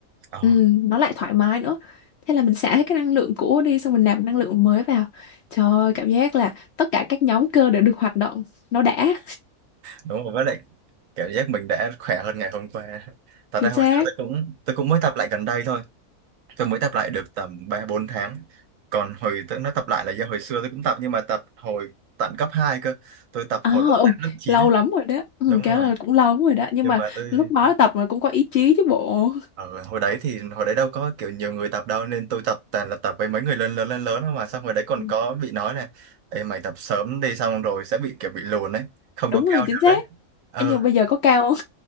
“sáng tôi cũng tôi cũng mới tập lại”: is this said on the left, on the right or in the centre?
Right